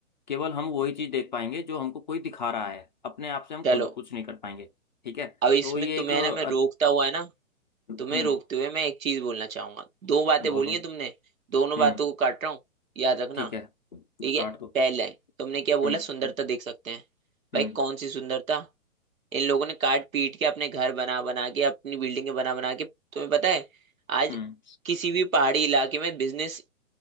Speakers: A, on the left; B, on the right.
A: केवल हम वही चीज देख पाएंगे जो हमको कोई दिखा रहा है अपने आप से हम खुद
B: चलो
A: कुछ नहीं कर पाएंगे ठीक है
B: अब इसमें
A: तो ये
B: तुम्हें
A: एक अ,
B: ना मैं रोकता हुआ है ना
A: हम्म
B: तुम्हें रोकते हुए मैं एक चीज बोलना चाहूंगा दो बातें
A: बोलो
B: बोली हैं तुमने दोनों
A: हम्म
B: बातों को काट रहा हूँ याद रखना
A: ठीक है
B: ठीक
A: काट
B: है
A: दो
B: पहले तुमने क्या बोला
A: हम्म
B: सुंदरता देख सकते हैं
A: हम्म
B: भाई कौन सी सुंदरता इन लोगों ने काट पीट के अपने घर बना बना के अपनी बिल्डिंगें बना बना के तुम्हें पता है आज
A: हम्म
B: किसी भी पहाड़ी इलाके में बिजनेस